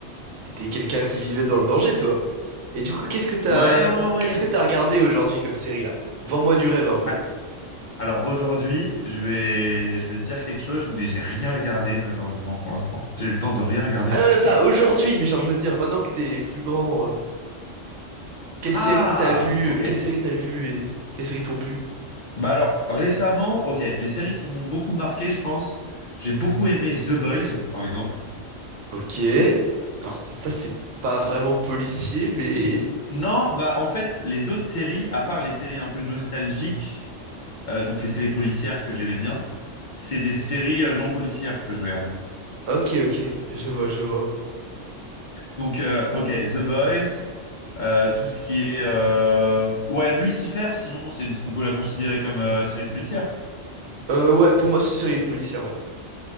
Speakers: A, on the right; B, on the left.
A: t'étais quelqu'un qui vivait dans le danger, toi. Et du coup, qu'est-ce que t'as,
B: Ouais, ouais, ouais.
A: qu'est-ce que t'as regardé aujourd'hui comme série là? Vends-moi du rêve un peu.
B: Ah, Alors aujourd'hui, je vais, je vais te dire quelque chose, mais j'ai rien regardé malheureusement pour l'instant. J'ai eu le temps de rien regarder.
A: Ah non, même pas aujourd'hui, mais genre je veux dire maintenant que t'es plus grand, euh, quelle
B: Ah,
A: série que t'as vue,
B: ok.
A: quelle série t'as vue et quelles séries t'ont plu?
B: Bah alors récemment, ok, les séries qui m'ont beaucoup marqué, je pense, j'ai beaucoup aimé The Boys, par exemple.
A: Ok. Alors ça c'est pas vraiment policier, mais
B: Non, bah en fait, les autres séries, à part les séries un peu nostalgiques, euh, donc les séries policières que j'aimais bien, c'est des séries euh, non policières que je regarde.
A: <laughs> ok, ok, je vois, je vois.
B: Donc, euh, ok, The Boys, euh, tout ce qui est... euh, Ouais, Lucifer, sinon, c'est une- on peut la considérer comme euh, série policière.
A: Euh, ouais, pour moi c'est une série policière. Ouais.